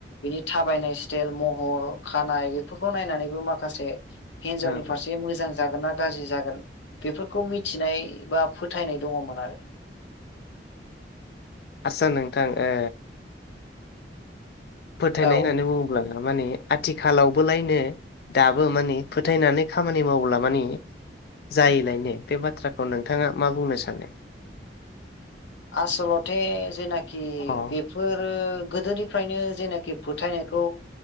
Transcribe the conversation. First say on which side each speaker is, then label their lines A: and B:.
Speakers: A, on the left; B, on the left.
A: बिनि थाबायनाय स्तेल महर खानाय बेफोरखौ नायनानैबो माखासे हिनजावनि
B: औ
A: फारसे
B: औ
A: मोजां जागोन ना गाज्रि जागोन बेफोरखौ मिथिनाय बा फोथायनाय दङमोन आरो । <inaudible>
B: आसा नोंथां ओ फोथायनाय
A: औ
B: होननानै बुङोब्ला माने आथिखालावबोलायनो दाबो माने फोथायनानै खामानि मावला माने जायैलायनो बे बाथ्राखौ नोंथाङा मा बुंनो सानो
A: आसलथे जेनाखि
B: अ
A: बेफोरो गोदोनिफ्रायनो जेनाखि फोथायनायखौ